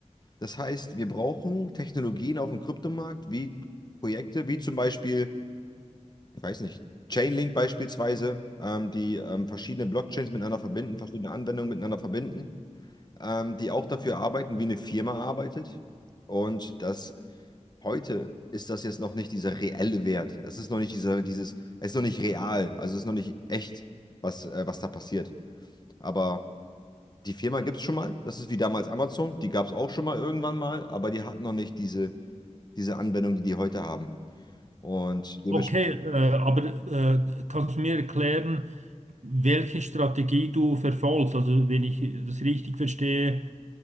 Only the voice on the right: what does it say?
okay, äh, aber äh, kannst du mir erklären, welche Strategie du verfolgst? Also wenn ich das richtig verstehe,